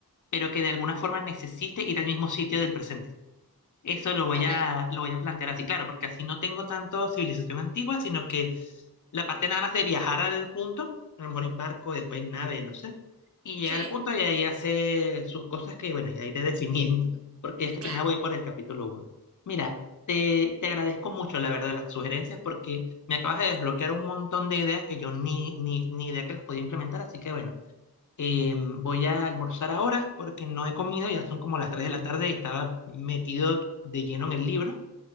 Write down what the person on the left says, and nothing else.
pero que de alguna forma necesite ir al mismo sitio del presente. Eso lo voy
a, lo voy a plantear así, claro, porque así no tengo tanto civilización antigua, sino que la parte nada más de viajar al punto, a lo mejor en barco, después en nave, no sé, y llegar
al punto y ahí hace sus cosas que, bueno, ya iré <laughs> definiendo, porque
apenas voy por el capítulo uno Mira, te, te agradezco mucho, la verdad, las sugerencias, porque me acabas de desbloquear un montón de ideas que yo ni, ni, ni idea que las podía implementar, así que, bueno, eh, voy a almorzar ahora porque no he comido, ya son como las 3 de la tarde y estaba metido de lleno en el libro.